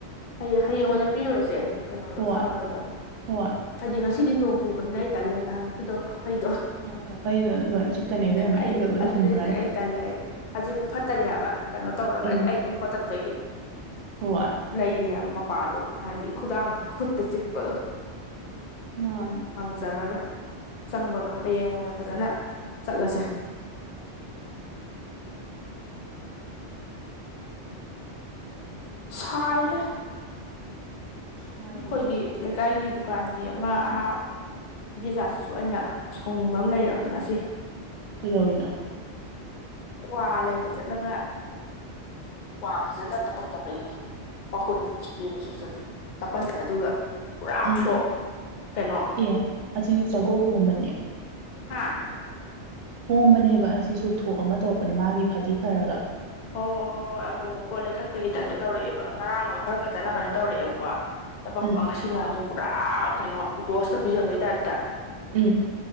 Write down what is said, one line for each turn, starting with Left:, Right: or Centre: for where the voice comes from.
Left: ꯍꯌꯦꯡ ꯍꯌꯦꯡ ꯑꯣꯏꯅ ꯄꯤꯔꯨꯔꯁꯦ ꯀꯩꯅꯣꯗꯣ
Right: ꯍꯣꯏ
Left: ꯁꯥ ꯃꯔꫭꯏꯗꯣ
Right: ꯍꯣꯏ
Left: ꯍꯥꯏꯗꯤ ꯉꯁꯤꯗꯤ ꯅꯣꯡ ꯆꯨꯕꯅꯤꯅ ꯑꯩ ꯇꯜꯂꯦ ꯅꯍꯥꯟꯃꯨꯛꯀꯤꯗꯣ ꯀꯛꯐꯩꯗꯣ
Right: ꯎ ꯀꯈꯩꯒꯣ ꯂꯣꯏꯅ ꯆꯤꯛꯛꯇꯅꯦꯕ ꯌꯥꯝꯃ
Left: ꯑꯩ
Right: ꯏꯒ ꯂꯣꯏ
Left: ꯑꯗꯨꯅꯦꯁꯦ
Right: ꯁꯨꯝꯈ꯭ꯔꯅꯤ
Left: ꯑꯩ ꯇꯜꯂꯦ ꯑꯩ ꯍꯧꯖꯤꯛꯄꯨ ꯐꯠꯇꯔꯤ ꯍꯥꯏꯕ ꯀꯩꯅꯣ ꯇꯧꯔꯒ
Right: ꯎꯝ
Left: ꯑꯩ ꯑꯗꯨꯝ ꯍꫭꯠꯇꯠꯄꯒꯤ
Right: <unintelligible>
Left: ꯂꯩꯔꯦ ꯍꯥꯏꯕ ꯃꯄꯥꯗꯣ ꯅꯍꯒꯤ ꯈꯨꯗꯥꯡ ꯈꯨꯠꯇ ꯆꯤꯛꯄꯗꯣ
Right: ꯃꯥꯅꯤ
Left: ꯉꯝꯖꯔꯔꯣꯏ ꯆꯪꯕꯒ ꯍꯌꯦꯡ ꯑꯣꯏꯅ ꯐꯖꯅ ꯆꯠꯂꯁꯦ ꯁꯥꯏꯍꯦ
Right: ꯁꯥꯏꯌꯦ
Left: ꯑꯩꯈꯣꯏꯒꯤ ꯂꯩꯀꯥꯏꯒꯤ ꯗꯨꯀꯥꯟꯒꯤ ꯑꯃ ꯑꯥ ꯕꯦꯖꯥꯔꯁꯤꯁꯨ ꯑꯩꯅ ꯁꯥꯎꯅꯤꯡꯕ ꯑꯃ ꯂꯩꯔꯕꯅꯤ ꯉꯁꯤ
Right: ꯀꯩꯗꯧꯔꯤꯅꯣ
Left: ꯀ꯭ꯋꯥ ꯂꯩꯕ ꯆꯠꯂꯒ ꯀ꯭ꯋꯥ ꯐꯖꯅ ꯇꯄꯛꯇꯕꯒꯤ ꯋꯥꯈꯨꯜ ꯄꯤꯕꯁꯨ ꯀꯥꯞꯄꯟꯕ ꯑꯗꯨꯒ ꯄꯨꯔꯥ
Right: ꯎꯝ
Left: ꯐ꯭ꯂꯣꯞ ꯀꯩꯅꯣ
Right: ꯑꯦ ꯑꯁꯤꯁꯨ ꯆꯒꯣꯜ ꯀꯣꯝꯕꯅꯦ
Left: ꯍꯥꯥ
Right: ꯈꯣꯝꯕꯅꯦꯕ ꯑꯁꯤꯁꯨ ꯊꯣꯛ ꯑꯃ ꯇꯧꯔꯛꯄꯅꯦ ꯃꯥꯒꯤ ꯐꯗꯤ ꯐꯔꯒ ꯫
Left: ꯍꯣꯏ ꯍꯣꯏ ꯍꯣꯏ ꯍꯣꯏ ꯑꯃꯨꯛ ꯑꯃꯨꯛꯀꯣ ꯂꯩꯈꯠꯄꯒꯤ ꯇꯥꯏꯞꯇ ꯇꯧꯔꯛꯑꯦꯕ ꯉꯔꯥꯡ ꯑꯃꯨꯛ ꯈꯔ ꯐꯖꯅ ꯀꯩꯅꯣ ꯇꯧꯔꯛꯑꯦꯕꯀꯣ ꯫ ꯇꯕꯛꯄ
Right: ꯎꯝ
Left: ꯉꯁꯤꯅ ꯑꯃꯨꯛ ꯄꯨꯔꯥ ꯀꯩꯅꯣ ꯕꯣꯁꯇ ꯄꯤꯖꯕꯩ ꯇꯥꯏꯞꯇ ꯫
Right: ꯎꯝ